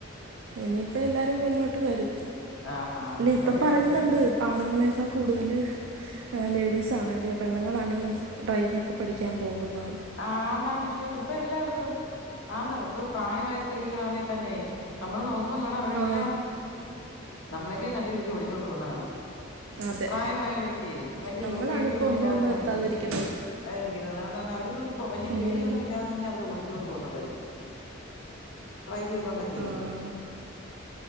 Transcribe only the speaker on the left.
ആഹ് ആഹ്
ആഹ്
അത്
വരും വരും
ആഹ് ന്നാണ് ഇഷ്ടം ഇപ്പൊ എല്ലായിടത്തും ആന്ന് ഇപ്പൊ പ്രായമായ സ്ത്രീകളാണേ തന്നെ നമ്മള് നോക്കു മ്പൊ കാണാം അവരെല്ലാം
നമ്മളക്കായിം നല്ല രീതിയിൽ ഓടിച്ചോണ്ട് പോവുന്നകാണാം
പ്രായമായവരൊക്കേ വലിയ
പേടിയൊന്നും
ഇല്ലാതെ
തന്നെ
ഓടിക്കും. അതായിരിക്കുന്നത് വന്ന് വന്ന് അവര് ന്നൊരു പൊ വല്ല്യേ
പേടിയൊന്നും ഇല്ലാതെ തന്നെ അവര് ഓടിച്ചോണ്ട് പോവുന്നതേ. ഡ്രൈവെയ്തോണ്ടൊക്കേ.